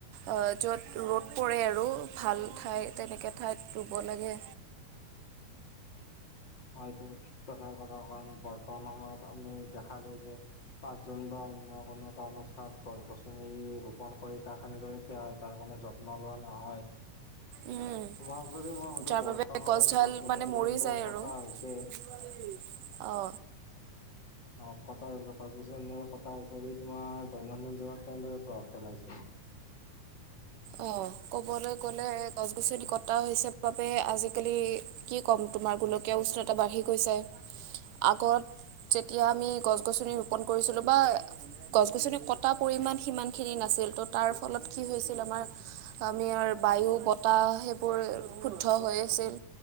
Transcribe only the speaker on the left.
হয় এইটো কথাই কথা কাৰণ বৰ্তমান সময়ত আমি দেখা যায় যে পাঁচজন বা অন্য কোনো এটা অনুষ্ঠান গছ- গছনি ৰোপন কৰি তাত সেনেদৰে থিয় হয় তাৰ কাৰনে যত ত্ন লোৱা নহয়।
তোমাক যদি মই সুধো
বৰ্তমান
সময়ত গছ গছনি
যেনেদৰে
কটা
হৈছে অ, কটা গছ - গছ -গছনি <unintelligible> দৈনন্দিন <unintelligible> আছে।